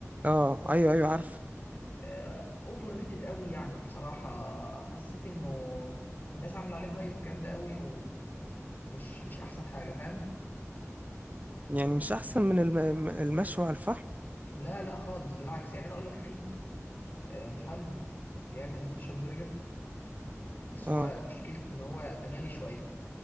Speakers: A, on the right; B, on the left.
A: اه ايوه ايوه عارفه
B: آه، اوفر ريتد قوي يعني بصراحه حسيت انه الناس عامله عليه هايب جامده قوي ومش مش احسن حاجه فاهم
A: يعني مش احسن من الم... المشوي على الفحم
B: لا لا خالص بالعكس يعني انا اقول لك في آه، محل بيعمل سندوتشات برجر بس هو
A: اه
B: مشكلته ان هو غالي شويه